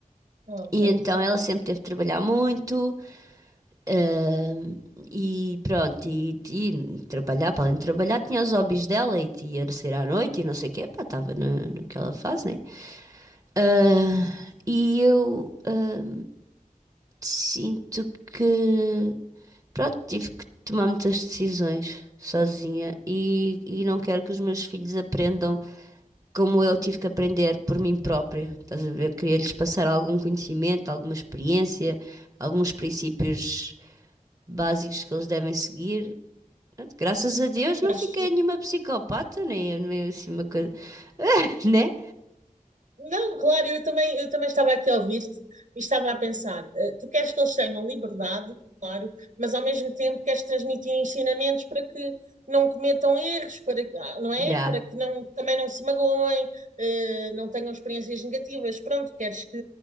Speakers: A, on the right; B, on the right.
A: Ok,
B: e então
A: sim.
B: ela sempre teve de trabalhar muito, ahm, e pronto, e, e trabalhar, para além de trabalhar, tinha os hobbies dela, e ia sair à noite, e não sei o quê, pá, estava na, naquela fase, né? Ah, e eu ah, Sinto que, pronto, tive que tomar muitas decisões sozinha e, e não quero que os meus filhos aprendam como eu tive que aprender por mim própria. Estás a ver? Queria-lhes passar algum conhecimento, alguma experiência, alguns princípios básicos que eles devem seguir. Pronto, graças a Deus
A: Queres.
B: não fiquei nenhuma psicopata, nem, nem assim uma coisa, <laughs> né?
A: Não, claro, eu também, eu também estava aqui a ouvir-te e estava a pensar, eh, tu queres que eles tenham liberdade, claro, mas ao mesmo tempo queres transmitir ensinamentos para que não cometam erros, para, que- ah, não é?
B: Já.
A: Para que não, também não se magoem, eh, não tenham experiências negativas. Pronto, queres que,